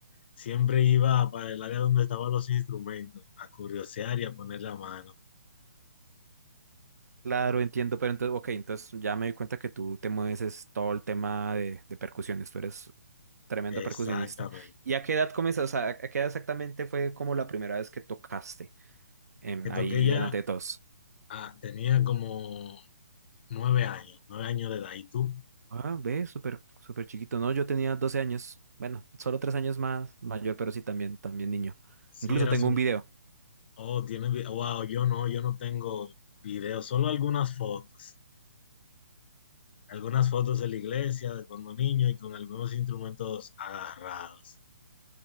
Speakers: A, on the left; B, on the right.
A: siempre iba para el área donde estaban los instrumentos, a curiosear y a poner la mano.
B: Claro, entiendo, pero entonces, ok, entonces ya me di cuenta que tú te mueves es todo el tema de, de percusiones, tú eres tremendo
A: Exactamente.
B: percusionista. ¿Y a qué edad comenzaste? O sea, ¿a qué edad exactamente fue como la primera vez que tocaste em,
A: Que toqué
B: ahí
A: ya,
B: delante de todos?
A: ah, tenía como nueve años, nueve años de edad. ¿Y tú?
B: Ah, ve, súper, súper chiquito. No, yo tenía 12 años. Bueno, solo tres años más mayor, pero sí también, también niño.
A: Sí,
B: Incluso
A: eras
B: tengo
A: un...
B: un video.
A: Oh, tienes... vi- Wow, yo no, yo no tengo videos, solo algunas fotos. Algunas fotos de la iglesia, de cuando niño y con algunos instrumentos agarrados.